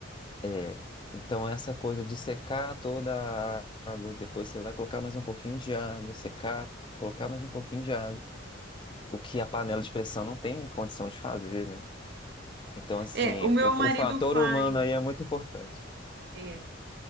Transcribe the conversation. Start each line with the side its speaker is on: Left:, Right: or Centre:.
Left: É, então essa coisa de secar toda a água, depois você vai colocar mais um pouquinho de água, secar, colocar mais um pouquinho de água, o que a panela de pressão não tem condição de fazer, né? Então, assim,
Right: É, o meu
Left: o,
Right: marido
Left: o fator
Right: faz.
Left: humano aí é muito importante.
Right: É.